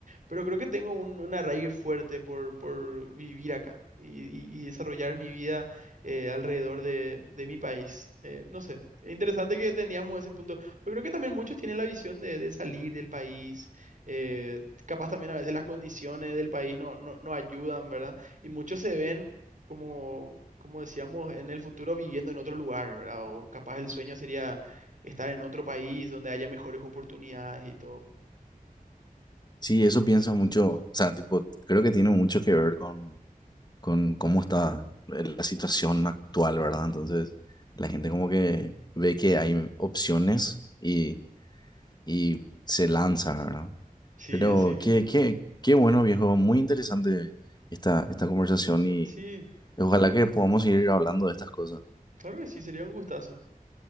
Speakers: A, on the right (about 60°); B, on the left (about 30°).
A: Pero creo que tengo un, un arraigo fuerte por, por vivir acá y, y- y desarrollar mi vida eh, alrededor de, de mi país. Eh, no sé, es interesante que teníamos ese punto, porque creo que también muchos tienen la visión de, de salir del país eh, capaz también a veces las condiciones del país no, no, no ayudan, ¿verdad? Y muchos se ven como, como decíamos, en el futuro viviendo en otro lugar, ¿verdad? O capaz el sueño sería estar en otro país donde haya mejores oportunidades y todo.
B: Sí, eso pienso mucho, o sea, tipo, creo que tiene mucho que ver con, con cómo está el- la situación actual, ¿verdad? Entonces, la gente como que ve que hay opciones y, y se lanza, ¿verdad?
A: Sí,
B: Pero
A: así mismo.
B: qué, qué, qué bueno, viejo, muy interesante esta, esta conversación
A: Sí,
B: Ojalá que podamos seguir hablando de estas cosas.
A: claro que sí, sería un gustazo.